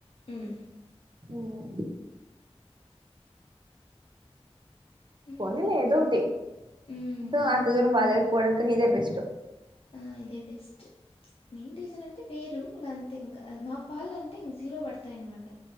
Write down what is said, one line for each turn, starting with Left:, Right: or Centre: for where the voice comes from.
Left: హ్మ్.
Right: మ్మ్
Left: హ్మ్.
Right: పోనీలే ఏదో ఒకటి ఇ
Left: హ్మ్.
Right: తు సోఅంత దూరం వాళ్ళదర పోవడంకన్న ఇదే బెస్ట్
Left: ఆ ఇదే బెస్ట్ ప్చ్ మెయిన్ రీజన్ అంటే పేరు ఇంగ అంతే ఇంక అ మా పాలంటే ఇంగ్ జీరో పడుతయి అన్ మాటా